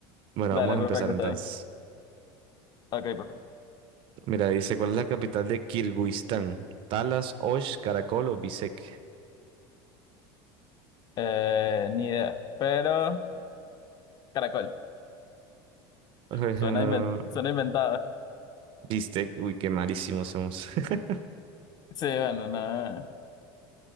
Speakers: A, on the right; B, on the left.
A: Bueno,
B: Dale,
A: vamos a
B: perfecto,
A: empezar entonces.
B: está bien. Ok, perfecto.
A: Mira, dice, ¿cuál es la capital de Kirguistán? Talas, Osh, Caracol o Bishkek.
B: Eh, ni idea. Pero, caracol.
A: Ujú,
B: Suena, inven- suena inventado.
A: Bishkek, <laughs> uy, qué malísimos somos. <laughs>
B: Sí, bueno, no.